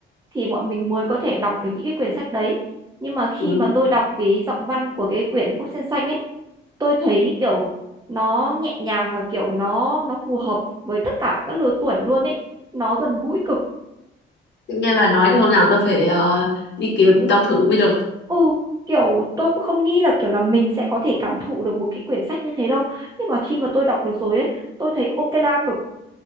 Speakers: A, on the right; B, on the left.
A: thì bọn mình mới có thể đọc ở những cái quyển sách đấy nhưng mà khi
B: Ừ.
A: mà tôi đọc cái giọng văn của cái quyển bút sen xanh ấy tôi thấy kiểu nó nhẹ nhàng mà kiểu nó nó phù hợp với tất cả các lứa tuổi luôn ấy nó gần gũi cực
B: Nghe bà nói thì hôm nào tôi phải ờ, đi kiếm đọc thử mới được.
A: ừ kiểu tôi cũng không nghĩ là kiểu là mình sẽ có thể cảm thụ được một cái quyển sách như thế đâu nhưng mà khi mà tôi đọc được rồi ấy tôi thấy ok la cực